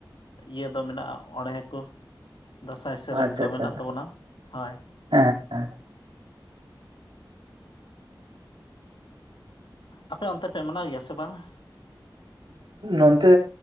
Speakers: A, on the left; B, on the right.
A: ᱤᱭᱟᱹ ᱫᱚ ᱢᱮᱱᱟᱜᱼᱟ ᱚᱬᱦᱮ ᱠᱚ ᱫᱟᱸᱥᱟᱭ ᱥᱮᱨᱮᱧᱠᱚ
B: ᱟᱪᱪᱷᱟ ᱟᱪᱪᱷᱟ
A: ᱢᱮᱱᱟᱜ ᱛᱟᱵᱚᱱᱟ ᱦᱳᱭ
B: ᱦᱮᱸ
A: ᱟᱯᱮ ᱚᱱᱛᱮ ᱯᱮ ᱢᱟᱱᱟᱣ ᱜᱮᱭᱟ ᱥᱮ ᱵᱟᱝᱟ
B: ᱱᱚᱱᱛᱮ